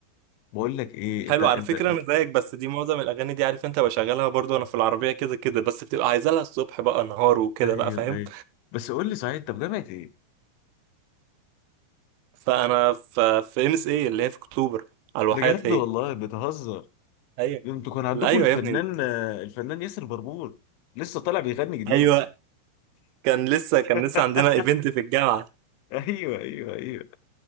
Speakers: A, on the left (about 85°); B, on the right (about 85°).
A: بقول لك ايه انت
B: حلو
A: انت,
B: على فكره
A: انت...
B: انا زيك بس دي معظم الاغاني دي عارف انت بشغلها برضو انا في العربيه كده كده بس بتبقى عايزه لها الصبح بقى نهار وكده
A: ايوه
B: بقى فاهم
A: ايوه بس قول لي صحيح انت في جامعه ايه
B: فانا في في ام اس اي اللي هي في اكتوبر على الواحات
A: بجد
B: هي
A: والله بتهزر
B: ايوه
A: انتوا كان عندكم
B: لا، ايوه
A: الفنان
B: يا ابني
A: آه، الفنان ياسر بربور لسه طالع بيغني جديد
B: ايوه كان لسه كان لسه
A: <laughs>
B: عندنا ايفنت في الجامعه
A: ايوه ايوه ايوه